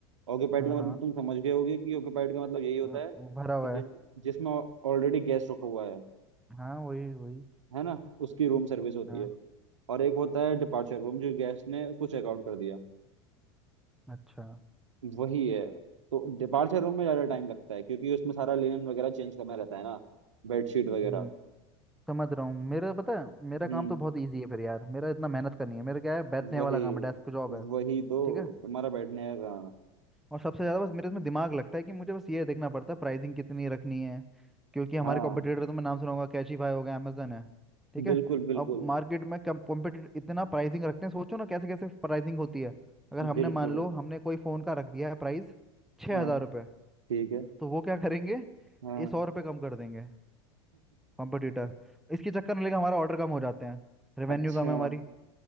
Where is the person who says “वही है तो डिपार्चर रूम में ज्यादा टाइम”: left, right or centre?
Right